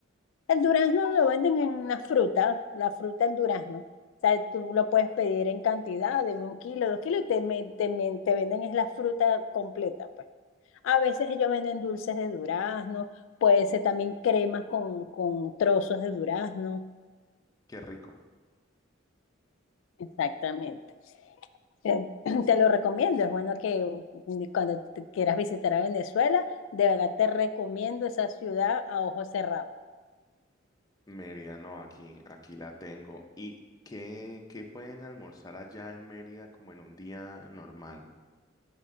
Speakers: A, on the left (about 75°); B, on the left (about 20°).
A: El durazno lo venden en la fruta, la fruta del durazno. O sea, tú lo puedes pedir en cantidad, deme un kilo, dos kilos, y te, me- te, me- te venden es la fruta completa, pues. A veces ellos venden dulces de durazno, puede ser también cremas con, con trozos de durazno.
B: Qué rico.
A: Exactamente. Eh, <clears throat> Te lo recomiendo, es bueno que mm, cuando te quieras visitar a Venezuela, de verdad te recomiendo esa ciudad a ojos cerrados.
B: Mérida, no, aquí, aquí la tengo. ¿Y qué, qué pueden almorzar allá en Mérida como en un día normal?